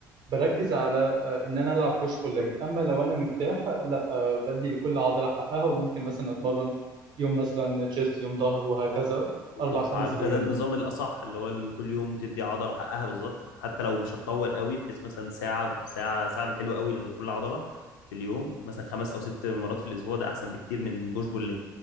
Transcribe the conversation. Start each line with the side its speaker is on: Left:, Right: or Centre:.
Right: بركز على آه، ان انا العب بوش بول ليج اما لو انا مرتاح لا آه، بدي لكل عضله حقها وممكن مثلا اتمرن يوم مثلا تشيست يوم ظهر وهكذا
Left: بالظبط
Right: اربع خمس
Left: على فكره
Right: ايام
Left: ده النظام الاصح اللي هو ال- كل يوم تدي عضله حقها بالظبط حتى لو مش هتطول قوي بحيث مثلا ساعه ساعه ساعه حلوه قوي لكل عضله في اليوم مثلا خمس او ست مرات في الاسبوع ده احسن بكتير من بوش بول ليج